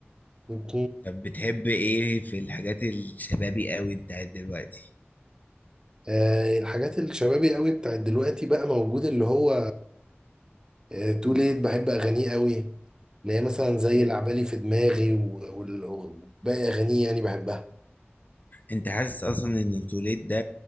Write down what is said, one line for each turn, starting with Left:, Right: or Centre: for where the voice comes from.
Right: مم.
Left: طب بتحب إيه في الحاجات الشبابي أوي بتاعت دلوقتي؟
Right: آه الحاجات الشبابي قوي بتاعت دلوقتي بقى موجود اللي هو آه تو ليت بحب اغانيه قوي اللي هي مثلا زي العبالي في دماغي و- وال- وباقي أغانيه يعني بحبها
Left: انت حاسس اصلا ان التوليد ده